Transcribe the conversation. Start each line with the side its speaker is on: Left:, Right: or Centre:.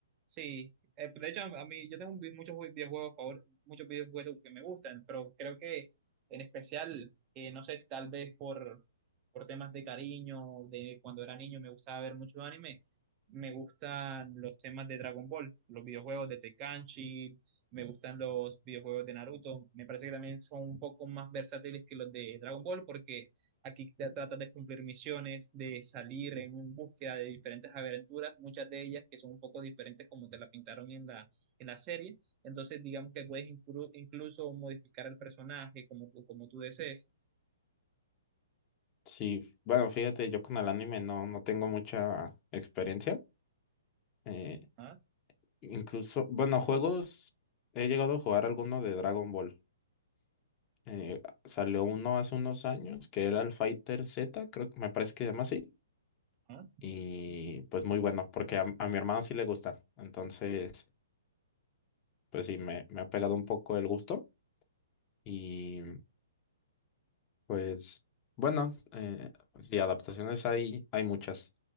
Right: Sí, eh, de hecho, a mí yo tengo un vi- muchos vi- videojuegos, favor, muchos videojuegos que me gustan, pero creo que en especial, eh, no sé, si tal vez por, por temas de cariño, de cuando era niño me gustaba ver muchos anime, me gustan los temas de Dragon Ball, los videojuegos de Tenkaichi, me gustan los videojuegos de Naruto, me parece que también son un poco más versátiles que los de Dragon Ball porque Aquí te tratas de cumplir misiones, de salir en búsqueda de diferentes aventuras, muchas de ellas que son un poco diferentes como te la pintaron en la, en la serie. Entonces, digamos que puedes inclu- incluso modificar el personaje como tú, como tú desees.
Left: sí. Bueno, fíjate, yo con el anime no, no tengo mucha experiencia. Eh,
Right: Ah,
Left: Incluso, bueno, juegos, he llegado a jugar alguno de Dragon Ball. Eh, salió uno hace unos años que era el Fighter Z, creo que me parece que se llama así.
Right: ah.
Left: Y pues muy bueno, porque a, a mi hermano sí le gusta. Entonces, pues sí, me, me ha pegado un poco el gusto. Y pues bueno, eh, sí, adaptaciones hay, hay muchas.